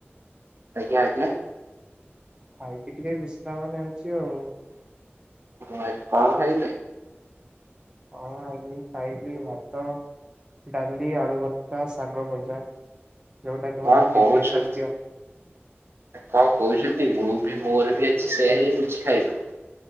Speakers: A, on the right; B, on the right.
A: ଆଜ୍ଞ ଆଜ୍ଞା।
B: ଖାଇକି ଟିକେ ବିଶ୍ରାମ ନେଉଛି ଆଉ।
A: ଆ କଁଅ ଖାଇଲେ?
B: ହଁ ଆଜି ଖାଇଲିି ଭାତ। ଡାଲି ଆଳୁ ଭତ୍ତା ଶାଗ ଭଜା ଯେଉଁଟାକି
A: କଣ
B: ମୋର ଅତି
A: କହୁଛନ୍ତି?
B: ପ୍ରିୟ ଖାଦ୍ୟ।
A: କଣ କହୁଛନ୍ତି ମୁଁ ବି ମୋର ବି ଆଜି ସେଇଆହିଁ ହେଇଚି ଖାଇବା।